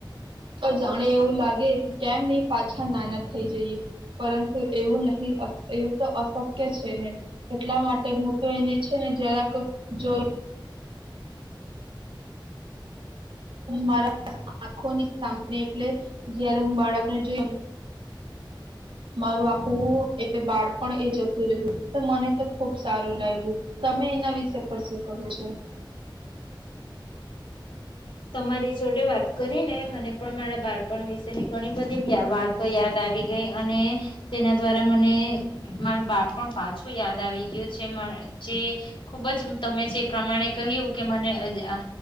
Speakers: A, on the right (about 80°); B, on the left (about 75°).
A: તો જાણે એવું લાગે કેમ નહી પાછા નાના થઈ જઈએ, પરંતુ એવું નહી એવું તો અશક્ય છે ને. એટલા માટે હું તો એને છે ને જરાક જો મારા આંખોની સા એટલે જયારે હું બાળકને જો મારું આખું એટલે બાળ પણ એ જતું રહ્યું તો મને તો ખુબ સારું લાગ્યું તમે એના વિશે પર શું કહો છો? <unintelligible>
B: તમારી જોડે વાત કરી ને મને પણ મારા બાળપણ વિશેની ઘણી બધી વાતો યાદ આવી ગઈ અને, તેના દ્વારા મને મારું બાળપણ પાછું યાદ આવી ગયું છે જે ખુબ જ તમે જે, પ્રમાણે કહ્યું કે મને અ